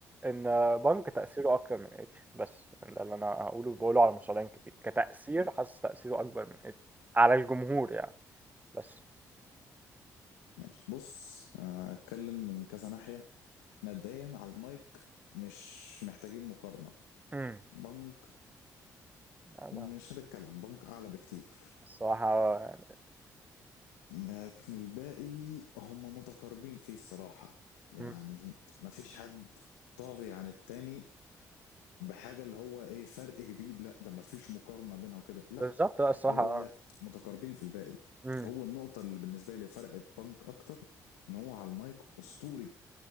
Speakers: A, on the right; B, on the left.
A: ان بنك تاثيره اكتر من اتش بس ده اللي انا هقوله بقوله على مصارعين كتير كتاثير حاسس تاثيره اكبر من اتش على الجمهور يعني بس
B: ماشي بص آه، اتكلم من كذا ناحية مبدئيا على المايك مش محتاجين مقارنة
A: امم
B: بنك
A: انا
B: مش هنتكلم بنك اعلى بكتير
A: الصراحه يعني
B: لكن الباقي هم متقاربين فيه الصراحة يعني
A: مم.
B: مفيش حد طاغي عن التاني بحاجة اللي هو ايه فرق كبير لا ده مفيش مقارنة بينها وكده لا
A: بالظبط لا، الصراحه
B: هو
A: اه
B: متقاربين في الباقي
A: امم
B: هو النقطة اللي بالنسبة لي فرقت بانك أكتر إن هو على المايك أسطوري